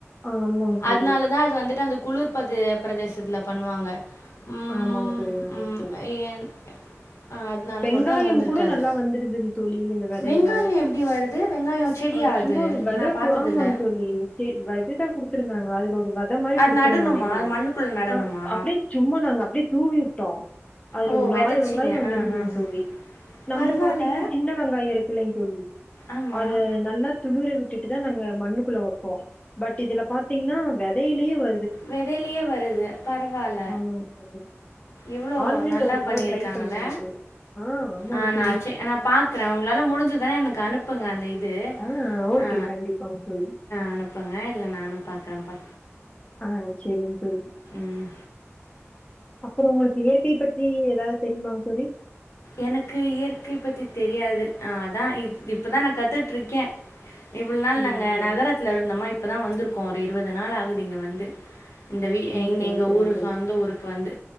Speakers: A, on the left; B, on the left.
A: ஆமாங்க
B: அதுனாலதா
A: தோழி
B: அது வந்துட்டு அந்த குளுர் பது பிரதேசத்துல பண்ணுவாங்க ம்,
A: ஆமாங்க தோழி ஆமாங்க
B: ம்,
A: தோழி
B: ஏன்- அதனால
A: வெங்காயம்
B: மட்டும் அது வந்திருக்காது
A: கூட நல்லா வந்துருதுங்க தோழி இந்த வெதைல
B: வெங்காயம் எப்படி வருது வெங்காயம் செடியா
A: அ சும்மா
B: அது
A: ஒரு வெத
B: நான் பார்த்ததில்ல
A: கு ஆமாங்க தோழி வெததா குடுத் ருந்தாங்க அதுல ஒரு வெத மாரி
B: அது
A: குடுத்துருந்தாங்க
B: நடணுமா
A: <unintelligible>
B: அது மண்ணுக்குள்ளே நடணுமா
A: ஆஹ் அப்டியே சும்மா நாங்க அப்டியே தூவிவுட் ட்டோ அதுல
B: ஓ
A: ஒரு
B: விதைச்சிங்க
A: நாலு வெங்காய வந்திருந்ததுங்க
B: ஆ ஆ ஆ
A: தோழி நம்ப
B: பரவாயில்ல
A: பாத்தீங்னா சின்ன வெங்காய இருக்குல்லைங் தோழி
B: ஆமாம்
A: அத நல்லா து தூர விட்டுட்டு தா நாங்க மண்ணுக்குள்ள வப்போ பட் இதுல பாத்தீங்னா வெ வெயிலியே வ
B: வெதைலயே வருது பரவால
A: ஆமாங்க தோழி
B: எவளோ
A: ஆன்லைன்ல
B: நல்லா
A: ஒரு தடவ
B: பண்ணிருக்காங்கல்ல
A: ட்ரை பண்ணுங்கங்க தோழி ஆ ஆமாங்க
B: ஆ
A: தோழி
B: நா செ நா பாக்குற உங்ளால முடிஞ்சதுனா எனக் அனுப் புங்க அந்த இத் து
A: ஆ ஓகே
B: அ
A: கண்டிப்பாங்க தோழி
B: அனுப்புங்க இல்ல நானு பாக்குறம்பா
A: ஆங் செரிங்க தோழி
B: ம்
A: அப்பறோ உங்களுக்கு இயற்கை பற்றி எதாவது தெரியுமாங் தோழி
B: எனக்கு இயற்கை பற்றி தெரியாது அ அதா இப் இப்பதா நா கத்துட்ருக்கே இவ்ளொ நாள்
A: செரிங்க
B: நாங்க
A: தோழி
B: நகரத்ல இருந்தொமா இப்பதா வந்துருக்கோ ஒரு இருவத் து நாளாகுது இங்கெ வந்து இந்த வீ இந்‌
A: செரிங்க தோழி
B: எங்க
A: செரிங்க
B: ஊரு
A: தோழி
B: சொந்த ஊருக் வந்து